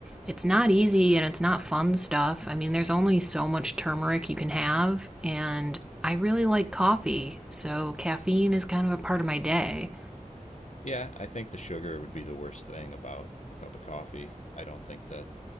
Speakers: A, in the centre; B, on the left.
A: it's not easy and it's not fun stuff. I mean, there's only so much turmeric you can have, and I really like coffee, so caffeine is kind of a part of my day.
B: Yeah, I think the sugar would be the worst thing about a cup of coffee. I don't think that